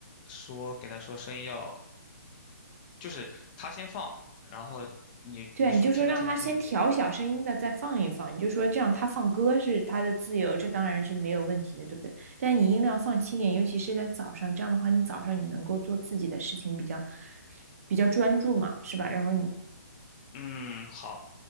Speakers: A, on the left; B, on the right.
A: 说给他说声音要，就是他先放，然后你你说听都听不见吗？
B: 对啊，你就说让他先调小声音的，再放一放，你就说这样他放歌是他的自由，这当然是没有问题的，对不对？但是你音量放轻点，尤其是在早上，这样的话你早上你能够做自己的事情比较比较专注嘛，是吧？然后你
A: 嗯，好，